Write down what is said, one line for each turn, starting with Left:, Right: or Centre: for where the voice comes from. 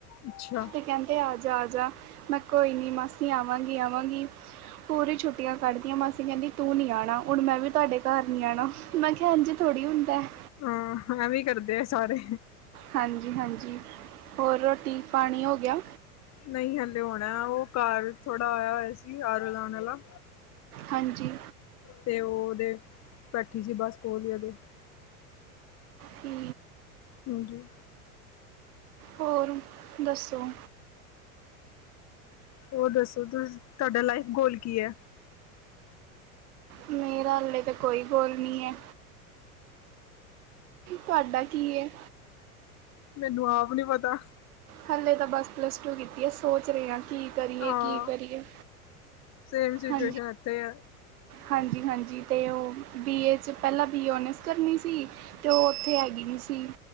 Left: ਅੱਛਾ।
Right: ਤੇ ਕਹਿੰਦੇ ਆ ਜਾ ਆ ਜਾ ਮੈਂ ਕੋਈ ਨਹੀਂ ਮਾਸੀ ਆਵਾਂਗੀ ਆਵਾਂਗੀ। ਪੂਰੀ ਛੁੱਟੀਆਂ ਕੱਢਦੀਆਂ ਮਾਸੀ ਕਹਿੰਦੀ ਤੂੰ ਨੀ ਆਉਣਾ ਹੁਣ ਮੈਂ ਵੀ ਤੁਹਾਡੇ ਘਰ। ਮੈਂ ਕਿਹਾਿਆ ਇਜ ਥੋੜ੍ਹੀ ਹੁੰਦਾ ਹੈ।
Left: ਹਾਂ ਵੀ ਕਰਦੇ ਆ ਸਾਰੇ।
Right: ਹਾਂਜੀ -ਹਾਂਜੀ ਹੋਰ ਰੋਟੀ ਪਾਣੀ ਹੋ ਗਿਆ।
Left: ਨਹੀਂ ਹਲੇ ਹੋਣਾ ਓਰ ਘਰ ਥੋੜਾ ਆਇਆ ਹੋਇਆ ਸੀ ਆਰ ਲਾਉਣ ਵਾਲਾ।
Right: ਹਾਂਜੀ।
Left: ਤੇ ਉਹ ਉਹਦੇ ਬੈਠੀ ਸੀ ਬਸ ਉਹ ਵੀ ਉਹਦੇ।
Right: ਠੀ
Left: ਹਾਂਜੀ।
Right: ਹੋਰ ਦੱਸੋ।
Left: ਓ ਹਰ ਦੱਸੋ ਤੁ ਤੁਹਾਡਾ ਲਾਈਫ ਗੋਲ ਕੀ ਹ
Right: ਮੇਰਾ ਹਾਲੇ ਤਾਂ ਕੋਈ ਗੋਲ ਨੀ ਹੈ। ਤੁਹਾਡਾ ਕੀਂ ਯੇ।
Left: ਮੈਨੂੰ ਆਪ ਨੀ ਪ?
Right: ਹਾਲੇ ਤਾਂ ਬਸ ਪਲੱਸ ਟੂ ਕੀਤੀ ਹੈ ਸੋਚ ਰਹੇ ਹਨ। ਕੀ ਕਰੀਏ
Left: ਹਾਂ
Right: ਕੀ ਕਰੀਏ
Left: ਸੇਮ ਸਿਚੁਏਸ਼ਨ
Right: ਹਾਂ।
Left: ਇੱਥੇ ਹੈ।
Right: ਹਾਂਜੀ -ਹਾਂਜੀ ਅਤੇ ਉਹ ਬੀ ਏ 'ਚ ਪਹਿਲਾਂ ਬੀ ਏ ਔਨਰਸ ਕਰਨੀ ਸ। ਤੇ ਉਹ ਉੱਥੇ ਹੈਗੀ ਨਹੀਂ ਸੀ